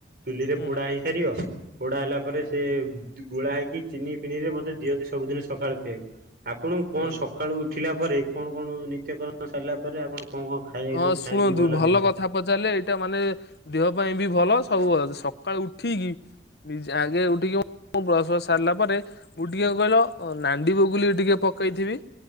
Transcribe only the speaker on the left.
ହୁଁ
ହୁଁ
ହୁଁ
ହୁଁ।
ହଁ
ଶୁଣନ୍ତୁ
କଥା ପଚାରିଲେ ଏଇଟା ମାନେ ଦେହ ପାଇଁ ବି ଭଲ ସବୁ ସକାଳୁ ଉଠିକି ଆଗେ ଉଠିକି ବ୍ରସ ବ୍ରସ ସାରିଲା ପରେ ଉ ଟିକେ କହିଲ ନାଣ୍ଡି ବଗୁଲିିକି ଟିକେ ପକେଇଥିବି।